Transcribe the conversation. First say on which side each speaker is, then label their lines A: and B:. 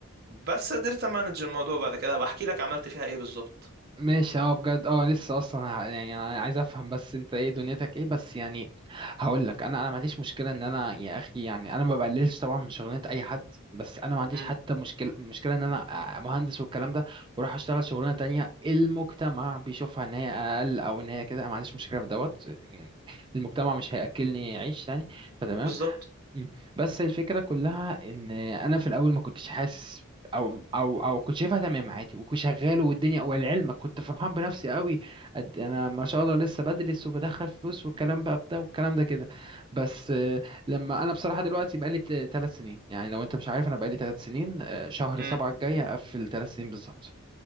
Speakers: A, on the right; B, on the right.
A: بس قدرت امانج الموضوع بعد كده بحكي لك عملت فيها ايه بالظبط
B: ماشي اه بجد اه لسه اصلا ه- يعني انا عايز افهم بس انت ايه دنيتك ايه بس يعني هقول لك انا انا ما عنديش مشكله ان انا يا اخي يعني انا ما بقللش طبعا من شغلانه اي حد بس انا ما عنديش
A: امم
B: حتى مشكله مشكله ان انا آه، مهندس والكلام ده واروح اشتغل شغلانه تانية المجتمع بيشوفها ان هي اقل او ان هي كده أنا ما عنديش مشكله في دوت يعني المجتمع مش هياكلني عيش يعني فتمام
A: بالظبط
B: مم. بس الفكرة كلها ان انا في الاول ما كنتش حاسس او او او كنت شايفها تمام عادي وكنت شغال والدنيا ولعلمك كنت فرحان بنفسي قوي قد انا ما شاء الله لسه بدرس وبدخل فلوس والكلام بقى بتاع والكلام ده كده بس آه، لما انا بصراحة دلوقتي بقالي ثلاث سنين يعني لو انت مش عارف انا بقالي ثلاث سنين آه، شهر
A: امم
B: سبعة الجاي هقفل ثلاث سنين بالظبط